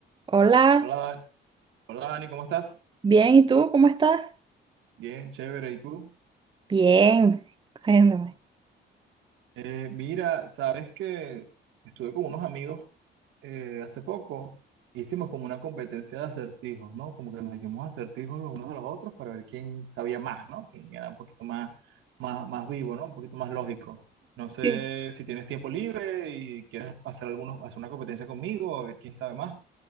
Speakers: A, on the right (about 25°); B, on the right (about 85°).
A: Hola,
B: Hola, Dan- hola Dani, ¿cómo estás?
A: bien, ¿y tú cómo estás?
B: Bien, chévere. ¿Y tú?
A: Bien, cuéntame.
B: Eh, mira, sabes que estuve con unos amigos eh, hace poco. Hicimos como una competencia de acertijos, ¿no? Como que nos hicimos acertijos los unos a los otros para ver quién sabía más, ¿no? Quién era un poquito más, más, más vivo, ¿no? Un poquito más lógico. No sé
A: Sí,
B: si tienes tiempo libre y quieres hacer algunos, hacer una competencia conmigo, a ver quién sabe más.